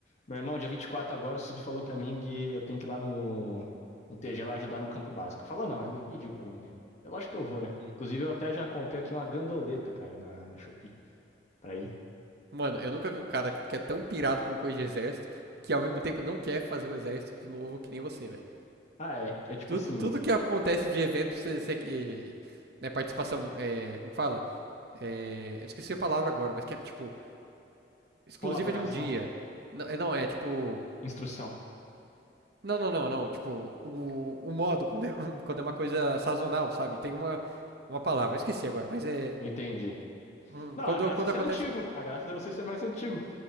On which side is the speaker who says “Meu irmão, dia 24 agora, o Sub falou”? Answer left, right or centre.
Left